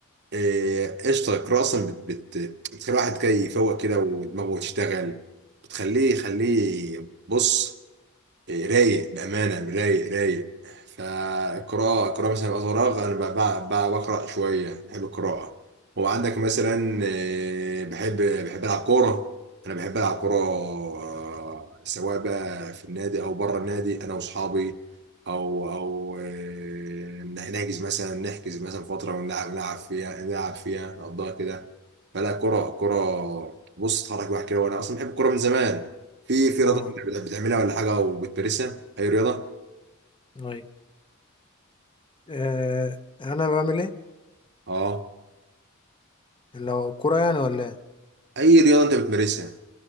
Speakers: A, on the right; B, on the left.
A: آه، قشطة القراءة أصلا بت بت بتخلي الواحد كده يفوق كده ودماغه تشتغل بتخليه يخليه بص رايق بأمانة رايق رايق فالقراءة القراءة مثلا وقت فراغ أنا ب- ب- ب- بقرأ شوية بحب القراءة هو عندك مثلا آه، بحب بحب ألعب كورة أنا بحب ألعب كورة آه، سواء بقى في النادي أو بره النادي أنا وأصحابي أو أو آه، نحجز مثلا نحجز مثلا فترة ونلعب نلعب فيها نلعب فيها نقضيها كده فلا كرة كرة بص اتحرك الواحد كده وأنا أصلا بحب الكورة من زمان في في رياضة
B: اه
A: انت بت- بتعملها ولا حاجة وبتمارسها أي رياضة؟
B: أي. آه، انا بعمل ايه
A: اه
B: لو كورة يعني ولا إيه؟
A: أي رياضة انت بتمارسها